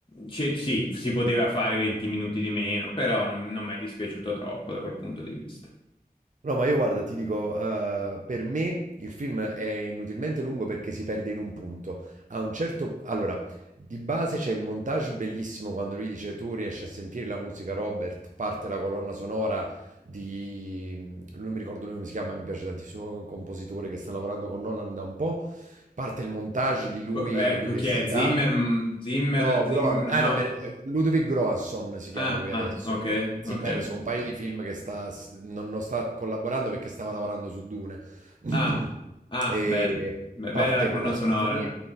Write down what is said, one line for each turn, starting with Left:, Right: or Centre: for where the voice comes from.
Left: C- sì, si poteva fare 20 minuti di meno, però non, non mi è dispiaciuto troppo da quel punto di vista.
Right: No, ma io guarda, ti dico, eh, per me il film è inutilmente lungo perché si perde in un punto. A un certo... Allora, di base c'è il montage bellissimo quando lui dice tu riesci a sentire la musica Robert, parte la colonna sonora di... Non mi ricordo lui come si chiama, mi piace tantissimo, un compositore che sta lavorando con Nolan da un po'. Parte il montage di lui
Left: Co- Ecco,
Right: all'università.
Left: chi è? Zimmer? Mm, Zimmer?
Right: No,
Left: Zimmer?
Right: Groan, ah,
Left: No?
Right: no, me- Ludwig Göransson si
Left: Ah,
Right: chiama lui
Left: ah,
Right: adesso.
Left: ok,
Right: Zimmer
Left: ok.
Right: sono un paio di film che sta, s- non, non sta collaborando perché stava lavorando su Dune. <clears throat>
Left: Ah, ah,
Right: E
Left: bella, Be-
Right: parte
Left: bella la colonna
Right: quella
Left: sonora.
Right: sinfonia.